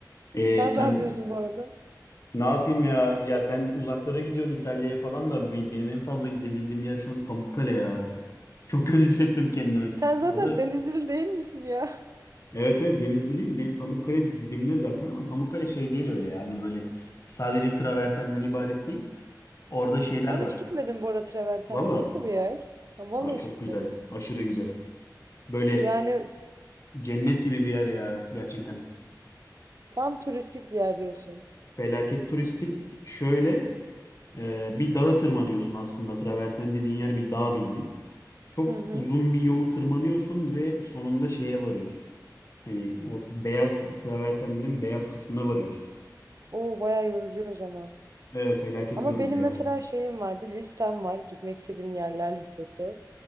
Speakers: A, on the left; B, on the right.
A: e,
B: Sen
A: sen
B: ne yapıyorsun bu arada?
A: ne yapayım ya? Ya sen uzaklara gidiyorsun İtalya'ya falan da be- benim en fazla gidebildiğim yer şu an Pamukkale ya. Çok kötü hissettim kendimi.
B: Sen zaten
A: O da
B: Denizli değil misin ya? <laughs>
A: Evet evet Denizliliyim. De, Pamukkale de dibimde zaten ama Pamukkale şey değil öyle yani böyle sadece travertenden ibaret değil. Orada şeyler
B: Ben
A: var.
B: hiç gitmedim bu arada Treventenler.
A: Valla
B: Nasıl bir yer? Ha, vallahi
A: Aa, çok
B: hiç gitmedim.
A: güzel. Aşırı güzel. Böyle
B: Yani
A: cennet gibi bir yer ya gerçekten.
B: tam turistik bir yer diyorsun.
A: Felaket turistik. Şöyle e, bir dağa tırmanıyorsun aslında. Traverten dediğin yer bir dağ bildiğin. Çok
B: Hı hı.
A: uzun bir yolu tırmanıyorsun ve sonunda şeye varıyorsun. Hani o beyaz travertenlerin beyaz kısmına varıyorsun.
B: Oo bayağı yorucu o zaman.
A: E, felaket
B: Ama
A: yorucu
B: benim
A: ya.
B: mesela şeyim var, bir listem var. Gitmek istediğim yerler listesi.